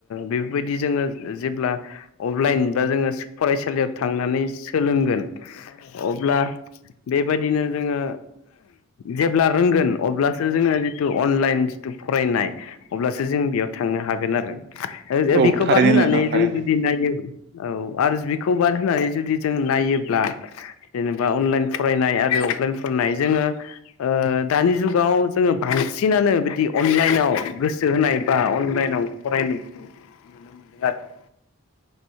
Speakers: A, on the left (about 80°); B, on the right (about 50°).
A: बेफोरबायदि जोङो जेब्ला अफलाइन बा जोङो फरायसालियाव थांनानै सोंलों अब्ला बेबायदिनो जोङो जेब्ला रोंगोन। अब्लासो जोङो जिथु अनलाइन जिथु फरायनाय अब्लासो जों बेयाव थांनो हागोन आरो।
B: औ
A: बिखौ
B: थारैनो
A: बाद होनानै
B: नोंथां थारैनो
A: जों जुदि नाययो औ आरो बिखौ बाद होनानै जुदि जों नायोब्ला जेनेबा अनलाइन फरायनाय आरो अफलाइन फरायनाय जोङो ओ दानि जुग गाव जोङो बांसिनानो बिदि अनलाइनाव गोसो होनाय बा अनलाइनाव फरायनायखौ नुनो मोनदों आरो।